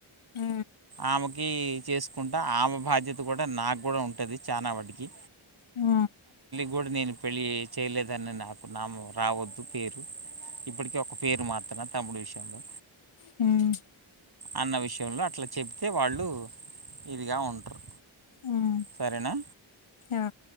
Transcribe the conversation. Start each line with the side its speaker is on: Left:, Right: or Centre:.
Left: ఊ
Right: ఆమెకి చేస్కుంటా ఆమె బాధ్యత గూడా నాగ్గూడా ఉంటది చానా వాటికి
Left: ఊ
Right: గూడా నేను పెళ్ళి చేయలేదని నాకు నాము రావద్దు పేరు ఇప్పటికే ఒక పేరు మాత్రన తమ్ముడు విషంలో
Left: హుమ్
Right: అన్న విష్యంలో అట్ల చెబితే వాళ్ళు ఇదిగా ఉంట్రు
Left: ఉమ్
Right: సరేనా
Left: ఆ